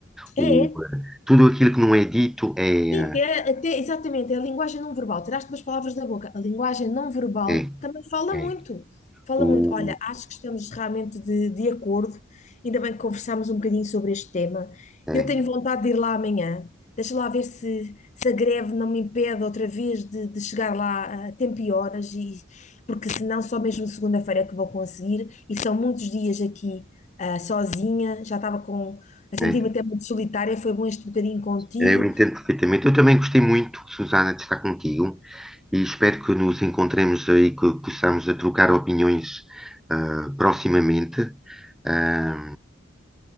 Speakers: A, in the centre; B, on the left.
A: O,
B: É, é.
A: ah, tudo aquilo que não é dito é,
B: E
A: ah,
B: até, até, exatamente, é a linguagem não verbal. Tiraste umas palavras da boca. A linguagem não verbal
A: é,
B: também fala
A: é.
B: muito. Fala
A: O,
B: muito. Olha, acho que estamos realmente de, de acordo. Ainda bem que conversámos um bocadinho sobre este tema.
A: ah, é,
B: Eu tenho vontade de ir lá amanhã. Deixa lá ver se, se a greve não me impede outra vez de, de chegar lá a tempo e horas, e, porque senão só mesmo segunda-feira é que vou conseguir. E são muitos dias aqui, ah, sozinha, já estava com, a sentir-me
A: é.
B: até muito solitária. Foi bom este bocadinho contigo.
A: Eu entendo perfeitamente. Eu também gostei muito, Susana, de estar contigo e espero que nos encontremos aí, que possamos a trocar opiniões ah, proximamente. Ah,